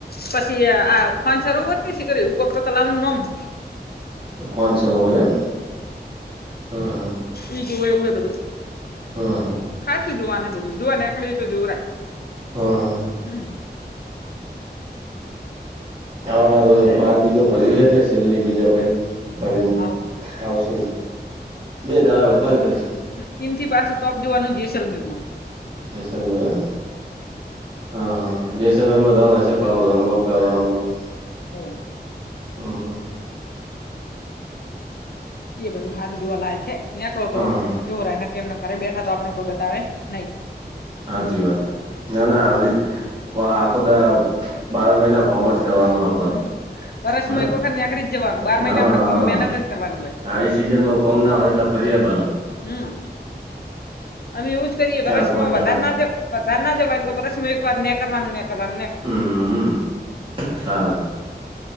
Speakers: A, on the left (about 65°); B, on the right (about 30°).
A: પછી આ ખાનસરોવર સીકર કોક તલામું નામ <inaudible>
B: ખાન સરોવર એમ હા હા
A: એ જોવા એવું હ બધું.
B: હા
A: ખાચું જોવા બધું જોવા એકળું તો જોવરાય
B: હા હા હા
A: હમ,
B: <unintelligible> છેેલ્લી બીજો ભાઈ ફરીને
A: હા
B: આવશે બે દાળા વધારે કરશે
A: થી પાછું <unintelligible> જોવાનું જેસલમેર
B: જેસલમેર હા હા જેસલમેર રણ હશે પાહુ <unintelligible>
A: હમ
B: હમ હા
A: એ બધું હારુ જોવા લાય હે. નેકળો
B: હા
A: તો જોવરાય એમના ઘરે બેઠા તો આપણે કોઈ બતાવે, નહીં
B: હાચી વાત હે ના ના આવી આખો દાર બાર મહિના કોમ જ કરવાનું હ હ
A: હમ વરસમાં
B: હા
A: એક વખત નીકળી જ જવાનું બાર મહિને
B: હહ
A: આપડે કોમ મહેનત જ કરવાની હોય
B: આવી સિઝનમાં કોમ ના હોય એટલે ફર્યા આબાનુ
A: હમ અમે એવુંજ કરીએ
B: ચાર
A: વર્સમાં
B: પાંચ
A: વધારે,
B: દાડા
A: ના જવ વધાર ના જવાને તો વર્ષ એક વાર નેકાળવાનુ નેકળવાનુ
B: હમ ચાલે,